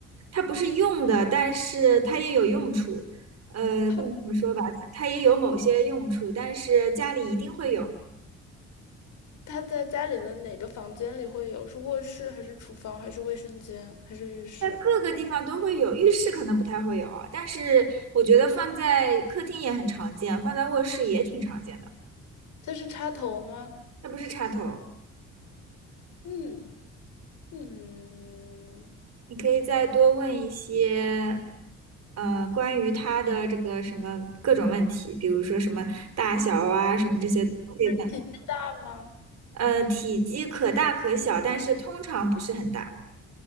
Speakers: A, on the right; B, on the left.
A: 它不是用的，但是它也有用处。呃，
B: 它。
A: 不能这么说吧，它它也有某些用处，但是家里一定会有。
B: 他在家里的哪个房间里会有？是卧室还是厨房还是卫生间还是浴室？
A: 各个地方都会有，浴室可能不太会有啊，但是我觉得放在客厅也很常见，放在卧室也挺常见的，
B: 它是插头吗？
A: 这不是插头。
B: 嗯嗯，
A: 你可以再多问一些，呃，关于它的这个什么各种问题，比如说什么大小啊，什么这些都可以问。
B: 体积大吗？
A: 呃，体积可大可小，但是通常不是很大，